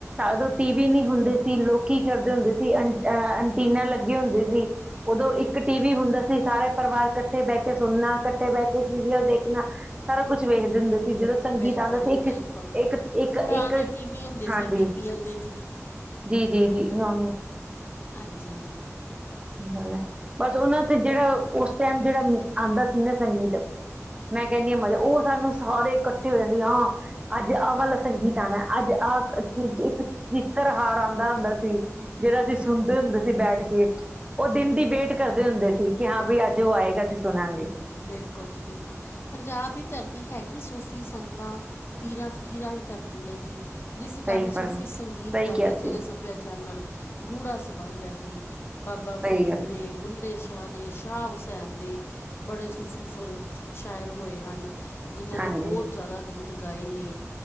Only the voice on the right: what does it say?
ਓਦੋਂ ਟੀ ਵੀ ਨਹੀਂ ਹੁੰਦੇ ਸੀ ਲੋਕੀ ਕਰਦੇ ਹੁੰਦੇ ਸੀ ਅ ਅਹ ਅੰਟੀਨਾ ਲੱਗੇ ਹੁੰਦੇ ਸੀ। ਉਦੋਂ ਇੱਕ ਟੀ ਵੀ ਹੁੰਦਾ ਸੀ ਸਾਰੇ ਪਰਿਵਾਰ ਕੱਠੇ ਬਹਿ ਕੇ ਸੁਣਨਾ ਕੱਠੇ ਬਹਿ ਕੇ ਸੀਰੀਅਲ ਦੇਖਣਾ। ਸਾਰਾ ਕੁੱਛ ਵੇਖਦੇ ਹੁੰਦੇ ਜਦੋਂ ਸੰਗੀਤ
ਆਂਦਾ ਸੀ
ਇੱਕ
ਇੱਕ ਇੱਕ
ਇੱਕ
ਹਾਂਜੀ।
ਜੀ-ਜੀ-ਜੀ ਨਾ
ਗੱਲ ਹੈ ਬਸ ਉਹਨਾਂ ਤੇ ਜਿਹੜਾ ਉਸ ਟਾਈਮ ਜਿਹੜਾ ਆਉਂਦਾ ਸੀ ਨਾ ਸੰਗੀਤ ਮੈਂ ਕਹਿੰਦੀ ਹਾਂ ਮਜ਼ਾ ਉਹ ਸਾਨੂੰ ਸਾਰੇ ਇਕੱਠੇ ਹੋ ਜਾਂਦੇ ਹਾਂ ਅੱਜ ਆਹ ਵਾਲਾ ਸੰਗੀਤ ਆਉਂਦਾ ਅੱਜ ਆਹ ਇੱਕ ਚਿੱਤਰ ਹਾਰ ਆਉਂਦਾ ਹੁੰਦਾ ਸੀ। ਜੇੜਾ ਅਸੀਂ ਸੁਨਦੇ ਹੁੰਦੇ ਸੀ। ਬੈਠ ਕੇ ਉਹ ਦਿਨ ਦੀ ਵੇਟ ਕਰਦੇ ਹੁੰਦੇ ਸੀ, ਕਿ ਹਾਂ ਬਈ ਅੱਜ ਉਹ ਆਏਗਾ, ਤੇ ਸੁਣਾਂਗੇ।
ਸਹੀ
ਫਰਮ
ਸਹੀ
ਕਿਹਾ
ਸੀ
ਸਹੀ
ਗੱਲ
ਹੈ
ਹਾਂਜੀ